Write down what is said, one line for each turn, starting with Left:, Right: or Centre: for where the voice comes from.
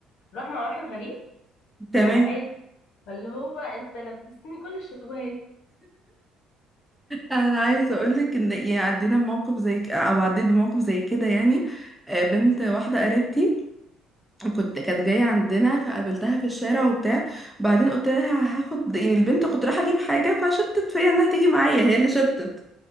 Left: راح مع واحد غريب
Centre: تمام
Left: ومش عايز فاللي هو انت لبستني كل الشبهات
Centre: انا عايزه اقولك ان يعني عدينا بموقف زي ك- او عديت بموقف زي كده يعني آه، بنت واحده قريبتي كنت كانت جايه عندنا فقابلتها في الشارع وبتاع بعدين قلت لها هاخد يعني البنت كنت رايحه اجيب حاجه فشبتت فيا انها تيجي معايا هي اللي شبتت